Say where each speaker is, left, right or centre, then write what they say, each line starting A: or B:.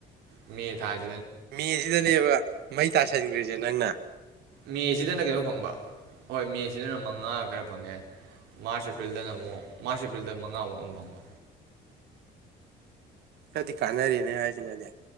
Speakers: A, on the right; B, on the right.
A: ꯃꯦ ꯊꯥꯁꯤ
B: ꯃꯦꯁꯤꯗꯅꯦꯕ ꯃꯩ ꯇꯥꯁꯤꯟꯒ꯭ꯔꯤꯁꯦ ꯖꯦ ꯅꯪꯅ
A: ꯃꯦꯁꯤꯗꯅ ꯀꯩꯅꯣ ꯐꯪꯕ ꯍꯣꯏ ꯃꯦꯁꯤꯗꯅ ꯃꯉꯥ ꯈꯔ ꯐꯪꯉꯦ ꯃꯥꯔꯁ ꯑꯦꯄ꯭ꯔꯤꯜꯗꯅ ꯑꯃꯨꯛ ꯃꯥꯔꯁ ꯑꯦꯄ꯭ꯔꯤꯜꯗ ꯃꯉꯥꯃꯨꯛ ꯑꯃꯨ ꯐꯪꯕ
B: ꯈꯔꯗꯤ ꯀꯥꯟꯅꯔꯦꯅꯦ ꯍꯥꯏꯁꯤꯅꯗꯤ